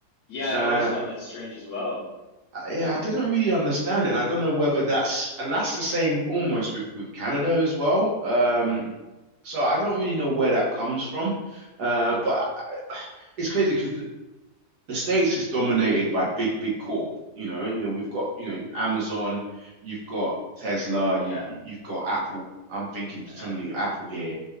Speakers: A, on the left; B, on the right.
A: Yeah,
B: Um
A: I've always found that strange as well.
B: uh, yeah, I didn't really understand it, and I don't know whether that's and that's the same almost with with Canada as well. Um,
A: hmm
B: so I don't really know where that comes from, uh, but it's crazy because the, the States is dominated by big big corp. You know, you know we've got you know Amazon, you've got Tesla, you've
A: Yeah.
B: you've got Apple. I'm thinking particularly
A: Uh-huh.
B: Apple here,